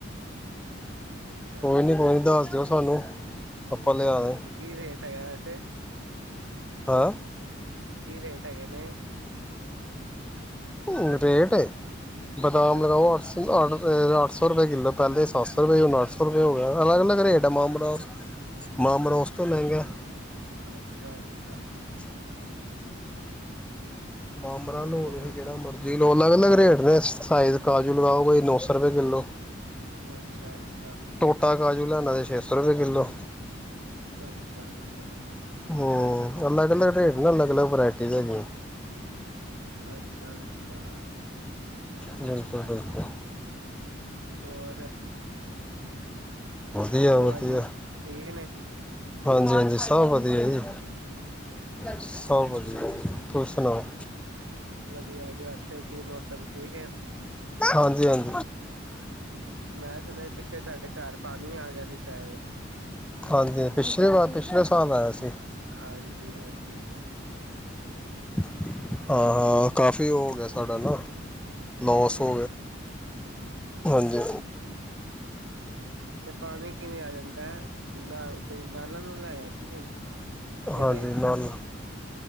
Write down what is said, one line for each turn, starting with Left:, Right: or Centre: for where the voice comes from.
Right: ਅੱਛਾ
Centre: ਕੋਈ ਨੀ ਕੋਈ ਨੀ ਦੱਸ ਜੋ ਸਾਨੂੰ ਆਪਾਂ ਲਿਆ
Right: ਹਾਂ
Centre: ਦੇ
Right: ਤੇ ਕੀ ਰੇਟ ਇਥੇ
Centre: ਹੈਂ
Right: ਕੀ ਰੇਟ ਹੈਗੇ ਨੇ।
Centre: ਓ ਰੇਟ ਏ <unintelligible> ਬਦਾਮ
Right: ਹਾਂਜੀ
Centre: ਲਗਾਓ ਅਠ ਸ ਆਠ <unintelligible> ਏ ਅਠ ਸ <unintelligible> ਸੌ ਰਪਏ ਕਿੱਲੋ ਪੇਲੇ ਸਤ ਸੋ ਰੁਪਏ ਹੁਣ ਅੱਠ ਸੌ <unintelligible> ਰੁਪੇ ਹੋ ਗਿਆ। <unintelligible> ਅਲੱਗ ਅਲੱਗ ਰੇਟ ਐ। ਮਾਮਰੋਸ ਮਾਮਰੋਸ ਓਸ ਤੋਂ ਮਹਿੰਗਾ <unintelligible>
Right: ਅੱਛਾ ਅੱਛਾ
Centre: ਮਾਮਰਾ
Right: ਵਧੀਆ
Centre: ਲੌ ਤੁਸੀ
Right: ਵਧੀਆ
Centre: ਜਿਹੜਾ ਮਰਜੀ ਲੋ। ਅਲੱਗ ਅਲੱਗ ਰੇਟ ਨੇ ਸਾਈਜ਼ ਕਾਜੂ ਲਗਾਓ ਕੋਈ ਨੌ ਸੌ ਰੁਪਏ ਕਿੱਲੋ।
Right: ਅੱਛਾ ਅੱਛਾ
Centre: ਟੋਟਾ ਕਾਜੂ ਲੈਣਾ ਏ ਛੇ ਸੌ ਰੁਪਏ ਕਿੱਲੋ।
Right: ਅੱਛਾ ਅੱਛਾ
Centre: ਹੋ ਅਲੱਗ-ਅਲੱਗ ਰੇਟ ਨੇ ਅਲੱਗ-ਅਲੱਗ ਵਰਾਇਟੀ ਦੇ ਹੈਗੇ।
Right: ਅੱਛਾ ਅੱਛਾ
Centre: ਬਿਲਕੁਲ-ਬਿਲਕੁਲ
Right: ਹੋਰ <unintelligible>
Centre: ਵਧੀਆ
Right: ਭੂਆ
Centre: ਵਧੀਆ
Right: ਜੀ ਠੀਕ ਨੇ
Centre: ਹਾਂਜੀ ਹਾਂਜੀ ਸਭ ਵਧੀਆ ਜੀ ਸਭ ਵਧੀਆ ਤੁਸੀਂ ਸੁਣਾਓ
Right: ਵਧੀਆ ਜੀ ਇੱਥੇ ਕੀ ਮੌਸਮ ਠੀਕ ਹੈ
Centre: ਹਾਂਜੀ ਹਾਂਜੀ
Right: ਮੈਂ ਸੁਣਿਆ ਪਿੱਛੇ ਤੁਹਾਡੇ ਘਰ ਪਾਣੀ ਆ ਗਿਆ ਸੀ ਸ਼ਾਇ <unintelligible>
Centre: ਹਾਂਜੀ ਪਿਛਲੇ ਵਾਰ ਪਿਛਲੇ ਸਾਲ ਆਇਆ ਸੀ
Right: ਹਾਂਜੀ ਹਾਂਜੀ
Centre: <inaudible> <inaudible> ਹਾਂ ਹਾਂ ਕਾਫੀ ਉਹ ਹੋ ਗਿਆ <unintelligible> ਨੌ
Right: ਹਾਂ
Centre: ਸੌ ਹਾਂਜੀ
Right: ਤੇ ਪਾਣੀ ਕਿਵੇਂ ਆ ਜਾਂਦਾ ਹੈ ਨਾ ਕੋਈ ਨਾਲਾਂ ਨੂੰ ਲੈਆ ਕਿ ਕੋਈ ਜਾਂ
Centre: ਹਾਂਜੀ
Right: ਕੋਈ
Centre: ਮਨ